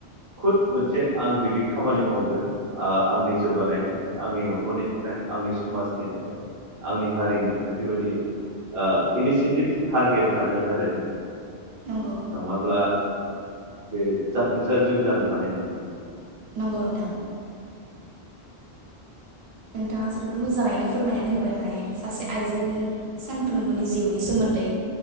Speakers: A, on the right; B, on the right.
A: खुद मोनसे आं बिदि खामानि मावगोन आ आंनि जौगानायनि थाखाय आंनि न'खर न'खरनि थाखाय आंनि समाजनि थाखाय आंनि हारिनि थाखाय बेबायदि ओ इनिसियेटिभ टारगेट थानांगोन आरो
B: नंगौ
A: नङाब्ला बे जाफुंसार जिउ जानो हानाय नङा।
B: नोंगौ नोंथां। नोंथाङा जोबोर मोजाङैनो फोरमायनानै होबाय माने सासे आइजोनि सानफ्रोमबोनि जिउनि सोमोन्दै।